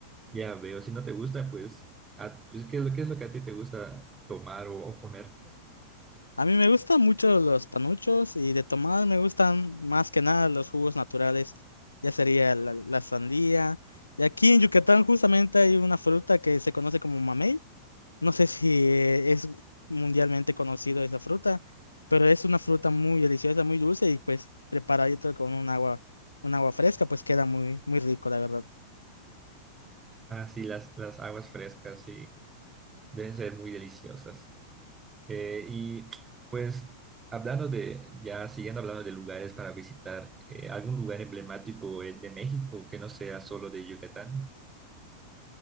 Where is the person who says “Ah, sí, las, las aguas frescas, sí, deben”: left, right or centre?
Right